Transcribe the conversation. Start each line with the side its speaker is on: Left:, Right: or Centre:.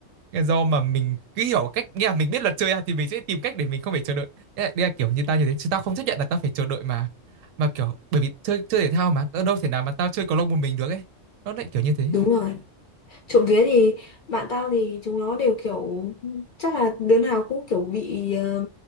Right: do mà mình cứ hiểu cách nghĩa là mình biết luật chơi à, thì mình sẽ tìm cách để mình không phải chờ đợi đây là, đây là kiểu như tao như thế chứ tao không chấp nhận là tao phải chờ đợi mà mà kiểu bởi vì chơi chơi thể thao mà tao đâu thể nào mà tao chơi cầu lông một mình được ấy nó lại kiểu như thế
Left: đúng rồi trộm vía thì bạn tao thì chúng nó đều kiểu chắc là đứa nào cũng kiểu bị ờ,